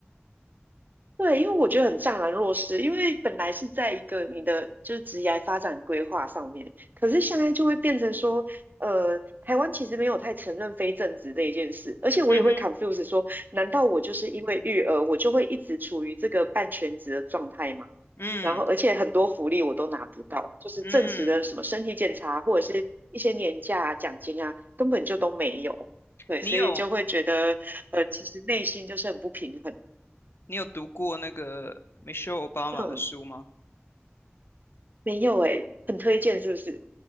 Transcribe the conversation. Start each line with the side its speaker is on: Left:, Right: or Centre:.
Right: 对，因为我觉得很怅然若失，因为本来是在一个你的就是职业发展规划上面，可是现在就会变成说，呃，台湾其实没有太承认非正职这一件事，而且我也会
Left: 嗯哼，
Right: confuse 说，难道我就是因为育儿，我就会一直处于这个半全职的状态吗？
Left: 嗯
Right: 然后，而且很多福利我都拿不到，就是正职的什么身体检查或者是一些年假啊、
Left: 嗯，
Right: 奖金啊，根本就都没有。对，
Left: 你有
Right: 所以就会觉得，呃，其实内心就是很不平衡。
Left: 你有读过那个 Michelle Obama
Right: 嗯
Left: 的书吗？
Right: 没有诶，很推荐是不是？